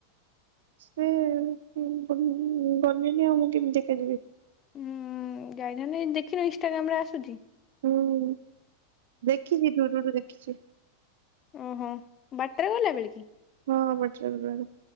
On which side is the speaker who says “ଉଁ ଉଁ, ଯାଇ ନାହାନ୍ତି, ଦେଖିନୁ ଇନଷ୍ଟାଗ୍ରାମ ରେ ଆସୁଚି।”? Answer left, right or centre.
Left